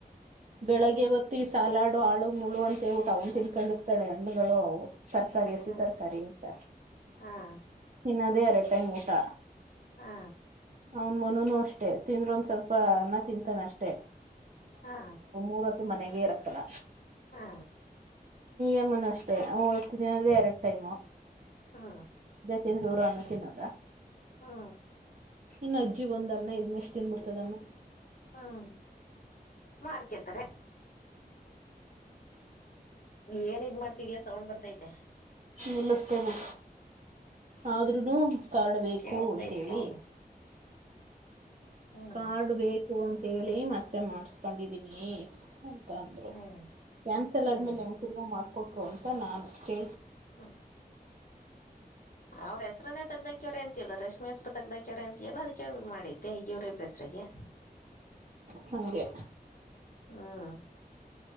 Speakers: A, on the right (about 50°); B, on the left (about 55°).
A: ಬೆಳಿಗ್ಗೆ ಹೊತ್ತು ಈ ಸಾಲಾಡು ಆಳು ಮುಳು ಅಂತೇ ಊಟ ಅವನು ತಿನ್ಕೊಂಡಿರ್ತಾಳೆ ಹಣ್ಣುಗಳು ಅವು ತರಕಾರಿ ಹಸಿ
B: ಹ
A: ತರಕಾರಿ ಅಂತ
B: ಹಾ
A: ಇನ್ನದೇ ಎರಡು ಟೈಮ್ ಊಟ
B: ಹಾ
A: ಅವನ್ ಮನನು ಅಷ್ಟೇ ತಿಂದ್ರ ಒಂದ್ ಸ್ವಲ್ಪ ಅನ್ನ ತಿಂತಾನ ಅಷ್ಟೇ
B: ಹಾ
A: ಮೂವತ್ತು ಮನೆಗೆ ಇರಕ್ತಲ್ಲ
B: ಹಾ
A: ಎಮನ್ ಅಷ್ಟೇ ಓದ್ತೀನಿ ಅಂದ್ರೆ ಎರಡು ಟೈಮ್
B: ಹಾ
A: ತಿಿಂದ್ರಿ ಊರು ಅನ್ನೋ ತಿನ್ನದ
B: ಹಾ
A: ಇನ್ನು ಅಜ್ಜಿ ಒಂದ ಅನ್ನ ಇದದ್ನಷ್ಟು ತಿಂದನ್ ಬಿಡ್ತದನ್ನು
B: ಹ್ಮ್ ಮಾರ್ಕೇತಾರೆ ಏನ್ ಇದ್ ಮಾಡ್ತಿದಯಾ ಸೌಂಡ್ ಬರ್ತೈತೆ
A: ನಿಲ್ಲಸ್ತೇವೆ ಆದ್ರೂನು ಕಾಡ್ಬೇಕು
B: ಕೇಳಸ್ತೈತಿ
A: ಅಂತೇಳಿ
B: ಸೌಂಡ್ ಹ್ಮ್
A: ಕಾರ್ಡ್ ಬೇಕು ಅಂತ ಹೇಳಿ ಮತ್ತೆ ಮಾಡಸ್ಕೊಂಡಿದೀನಿ ಅಂದ್ರು
B: ಹ್ಮ್
A: ಕ್ಯಾನ್ಸಲ್
B: ಹ್ಮ್
A: ಆದ್ಮೇಲೆ ಹೆಂಗ ತಿಗ ಮಾಡ್ಕೊಟ್ರು ಅಂತ ನಾನ್ ಕೇ
B: ಹ್ಮ್ ಅವ್ರ ಹೆಸರನ್ನೇ ತಗ್ದ ಕ್ಯವರೆ ಎಂತಲ್ಲ ರಶ್ಮಿ ಹೆಸ್ರ ತಗ್ದಾಕ್ಯವರ ಎಂತ ಅಲ್ಲ ಅದಕ್ಕೆ ಮಾಡೈತೆ ಈಗಿಯವರಿಬ್ ಹೆಸ್ರಗೆ
A: ಹೆ
B: ಹ್ಮ್